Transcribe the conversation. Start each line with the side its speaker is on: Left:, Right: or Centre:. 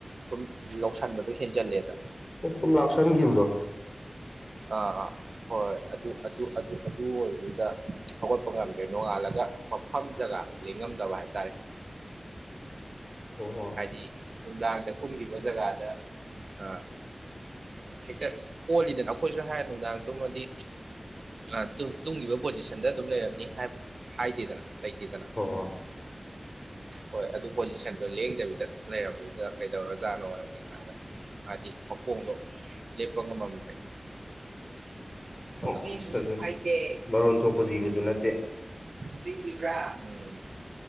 Right: ꯁꯨꯝ ꯂꯧꯁꯟꯕꯗꯨ ꯍꯦꯟꯖꯜꯂꯦꯗꯅ
Left: ꯁꯨꯝ ꯂꯥꯛꯁꯟꯒꯤꯕꯗꯣ
Right: ꯑꯥ ꯑꯥ ꯍꯣꯏ ꯑꯗꯨ
Left: ꯑꯁ
Right: ꯑꯗꯨ ꯑꯗꯨ ꯑꯗꯨ ꯑꯣꯏꯕꯗꯨꯗ ꯍꯧꯒꯠꯄ ꯉꯝꯗ꯭ꯔꯦ ꯅꯣꯡꯉꯥꯜꯂꯒ ꯃꯐꯝ ꯖꯒꯥꯗꯣ ꯂꯦꯡꯉꯝꯗꯕ ꯍꯥꯏꯇꯥꯔꯦ
Left: ꯑꯣ ꯍꯣꯏ
Right: ꯍꯥꯏꯗꯤ ꯅꯨꯡꯗꯥꯡꯗ ꯀꯨꯟꯒꯤꯕ ꯖꯒꯥ ꯗ ꯑ ꯍꯦꯛꯇ ꯑꯣꯜꯂꯤꯗꯅ ꯑꯩꯈꯣꯏꯖꯨ ꯍꯥꯏ ꯅꯨꯡꯗꯥꯡ ꯇꯨꯝꯃꯗꯤ ꯑ ꯇꯨꯝ ꯇꯨꯝꯒꯤꯕ ꯄꯣꯖꯤꯁꯟꯗ ꯑꯗꯨꯝ ꯂꯩꯔꯝꯅꯤ ꯍꯥꯏꯞ ꯍꯥꯏꯗꯦꯗꯅ ꯂꯩꯇꯦꯗꯅ
Left: ꯍꯣꯏ
Right: ꯍꯣꯏ ꯑꯗꯨ ꯄꯣꯖꯤꯁꯟꯗꯣ ꯂꯦꯡ ꯗꯕꯤꯗ ꯑꯗꯨꯝ ꯂꯩꯔꯝꯕꯗꯨꯗ ꯀꯩꯗꯧꯔꯖꯥꯠꯅꯣꯅ ꯌꯦꯡꯀꯥꯟꯗ ꯃꯥꯗꯤ ꯃꯈꯣꯡꯗꯣ ꯂꯦꯞꯄ ꯉꯝꯃꯝꯗ꯭ꯔꯦ
Left: ꯑꯣ
Right: ꯑꯗꯨꯒꯤ
Left: ꯑꯁ ꯑꯗꯨꯅꯤ
Right: ꯐꯥꯏꯗꯦ
Left: ꯃꯔꯣꯟ ꯊꯣꯛꯄ ꯖꯤꯕꯁꯨ ꯅꯠꯇꯦ
Right: ꯄꯤꯛꯂꯤꯕ꯭ꯔꯥ ꯎꯝ